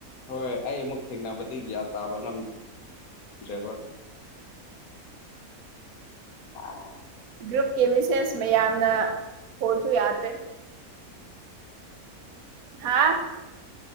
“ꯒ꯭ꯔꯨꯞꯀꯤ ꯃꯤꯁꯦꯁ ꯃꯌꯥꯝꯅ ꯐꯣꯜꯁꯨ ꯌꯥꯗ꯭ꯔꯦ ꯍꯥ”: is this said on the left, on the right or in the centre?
Right